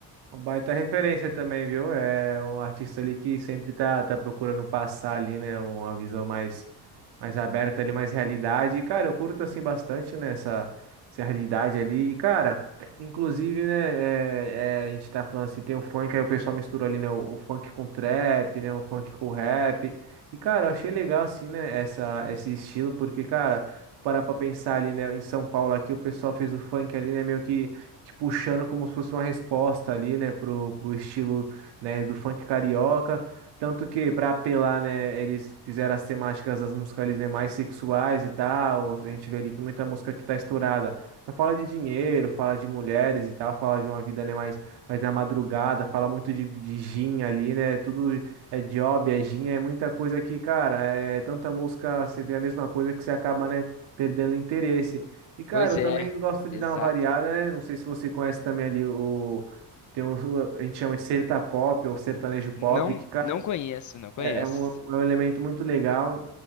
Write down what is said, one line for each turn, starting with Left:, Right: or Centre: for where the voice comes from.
Right: Uma baita referência também, viu? É um artista ali que sempre tá, tá procurando passar ali, né? Uma visão mais, mais aberta ali, mais realidade. E, cara, eu curto assim bastante, né? Essa, essa realidade ali. E, cara, inclusive, né? é- é, a gente tá falando assim, tem o funk, aí o pessoal mistura ali, né? O, o funk com trap, né? O funk com rap. E, cara, eu achei legal, assim, né? Essa, esse estilo, porque, cara, parar pra pensar ali, né? Em São Paulo aqui, o pessoal fez o funk ali, né? Meio que te puxando como se fosse uma resposta ali, né, pro, pro estilo, né, do funk carioca. Tanto que, para apelar, né, eles fizeram as temáticas das músicas ali, né, mais sexuais e tal. A gente vê ali que muita música que tá estourada. Não fala de dinheiro, fala de mulheres e tal, fala de uma vida, né, mais, mais na madrugada, fala muito de, de gin ali, né? Tudo é job, é gin, é muita coisa que, cara, é tanta música, você vê a mesma coisa que você acaba, né, perdendo o interesse. E, cara,
Left: Pois
Right: eu
Left: é,
Right: também gosto de
Left: exato.
Right: dar uma variada, né? Não sei se você conhece também ali o. Tem um, a gente chama de serta pop ou sertanejo pop,
Left: Não,
Right: que, cara,
Left: não conheço, não conheço.
Right: é é um, é um elemento muito legal.